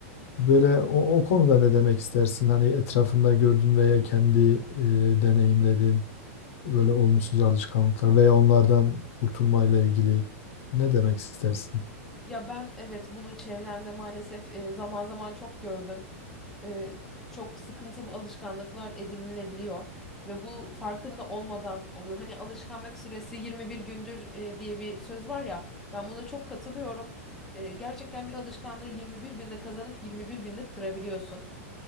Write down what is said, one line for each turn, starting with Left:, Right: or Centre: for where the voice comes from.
Left: Böyle o, o konuda ne demek istersin? Hani etrafında gördün veya kendi e, deneyimledin böyle olumsuz alışkanlıklar veya onlardan kurtulmayla ilgili ne demek istersin?
Centre: Ya ben evet bunu çevremde maalesef e, zaman zaman çok gördüm. E, çok sıkıntılı alışkanlıklar edinilebiliyor ve bu farkında olmadan oluyor. Hani alışkanlık süresi 21 gündür e, diye bir söz var ya. Ben buna çok katılıyorum. E, gerçekten bir alışkanlığı 21 günde kazanıp 21 günde kırabiliyorsun.